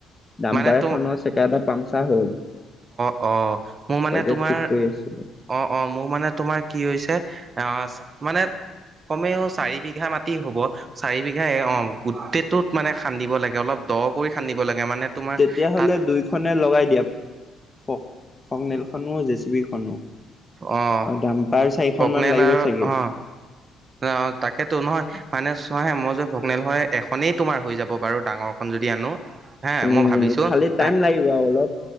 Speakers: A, on the left (about 20°); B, on the right (about 40°).
A: দাম্বাৰ
B: মানে তো
A: এখনৰ চেকা এটা পামচাৰ হ'ল।
B: অহ মোৰ মানে
A: তাকে
B: তোমাৰ
A: ঠিক কৰি আছিলো
B: অহ অহ মোৰ। মানে তোমাৰ কি হৈছে অহ মানে। কমেও চাৰি বিঘা মাটি হ'ব চাৰি বিঘা এ অহ গোটেইটোত মানে খান্দিব লাগে অলপ। দ কৰি খান্দিব লাগে মানে। তোমাৰ
A: তেতিয়াহ'লে
B: তাত
A: দুইখনে লগাই দিয়া। ফ ফকনেল খনো জে চি বি খনো।
B: অহ
A: অ দাম্পাৰ চাৰিখন
B: ফকনেল
A: মান লাগিব
B: আৰু
A: চাগে।
B: অহ। অহ তাকেতো নহয় মা। মানে চোৱাহে মই যে ফগনেল হয় এখনেই তোমাৰ হৈ যাব বাৰু ডাঙৰখন যদি আনো। হে
A: উম
B: মই ভাবিছো
A: খালি টাইম
B: টা
A: লাগিব আৰু অলপ